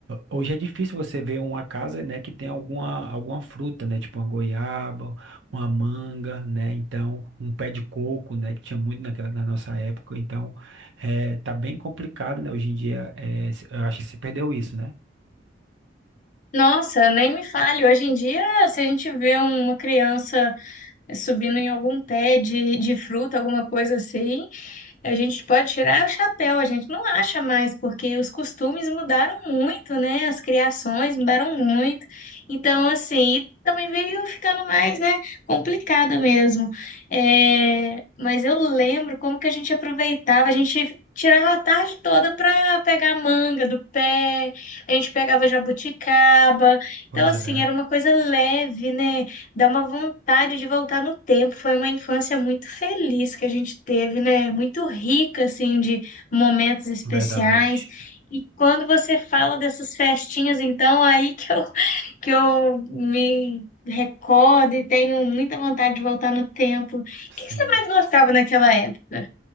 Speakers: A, on the right; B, on the left.
A: hoje é difícil você ver uma casa, né, que tem alguma, alguma fruta, né? Tipo uma goiaba, uma manga, né? Então, um pé de coco, né? Que tinha muito naquela, na nossa época. Então, é, tá bem complicado, né? Hoje em dia, é, se- eu acho que se perdeu isso, né?
B: Nossa, nem me fale. Hoje em dia, se a gente vê uma criança subindo em algum pé de, de fruta, alguma coisa assim, A gente pode tirar o chapéu, a gente não acha mais, porque os costumes mudaram muito, né? As criações mudaram muito. Então, assim, também veio ficando mais, né, complicado mesmo. É, mas eu lembro como que a gente aproveitava, a gente tirava a tarde toda para pegar manga do pé, a gente pegava jabuticaba.
A: Pois
B: Então, assim,
A: é.
B: era uma coisa leve, né? Dá uma vontade de voltar no tempo. Foi uma infância muito feliz que a gente teve, né? Muito rica, assim, de momentos especiais.
A: Verdade.
B: E quando você fala dessas festinhas, então, aí que eu, <laughs> que eu me recordo e tenho muita vontade de voltar no tempo. O
A: Sim.
B: que que você mais gostava naquela época?